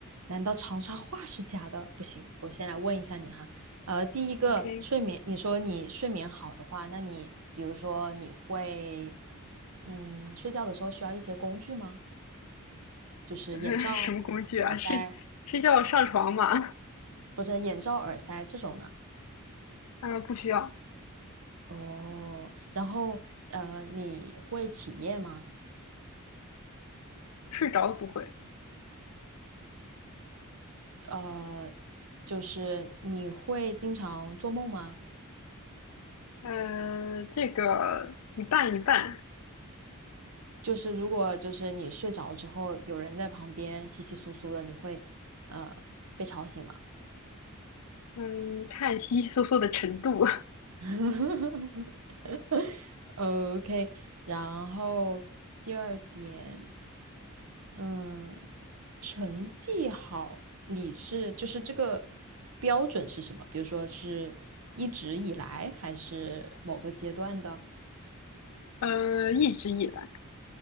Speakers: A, on the right; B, on the left.
A: 难道长沙话是假的？不行，我先来问一下你哈。呃，第一个睡眠，
B: ？OK，
A: 你说你睡眠好的话，那你比如说你会，嗯，睡觉的时候需要一些工具吗？就是眼罩、
B: <laughs> 什么工具啊？
A: 耳塞，
B: 睡睡觉上床吗？
A: 不是眼罩、耳塞这种呢？
B: 嗯，不需要，
A: 哦，然后呃，你会起夜吗？
B: 睡着了不会。
A: 呃，就是你会经常做梦吗？
B: 呃，这个一半一半。
A: 就是如果就是你睡着之后有人在旁边窸窸窣窣的，你会呃被吵醒吗
B: 嗯，看稀稀疏疏的程度。
A: <laughs>？OK，然后第二点，嗯，成绩好，你是就是这个标准是什么？比如说是一直以来，还是某个阶段的？
B: 呃，一直以来，